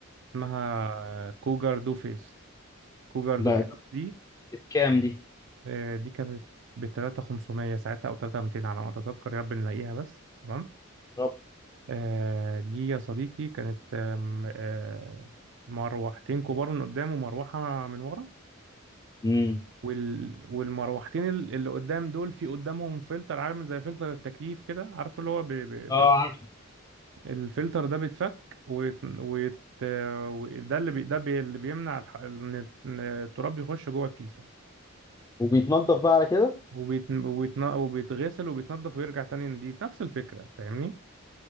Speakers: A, on the right; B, on the left.
A: اسمها كوجر دو فيس كوجر
B: ده
A: دو فيس دي
B: بكام دي
A: آه، دي كانت ب 3500 ساعتها أو 3200 على ما أتذكر يا رب نلاقيها بس تمام
B: رب
A: آه، دي يا صديقي كانت آم، آه، مروحتين كبار من قدام ومروحة من ورا
B: امم
A: وال... والمروحتين ال- اللي قدام دول في قدامهم فلتر عامل زي فلتر التكييف كده عارف اللي هو ب... ب...
B: اه
A: ب...
B: عارف
A: الفلتر ده بيتفك ويت... ويت... وده اللي بي... ده بي... اللي بيمنع الح... إن إن التراب يخش جوه الكيسة
B: وبيتنضف بقى على كده
A: وبيت... وبيت... وبيتغسل وبيتنضف ويرجع تاني نضيف نفس الفكرة فاهمني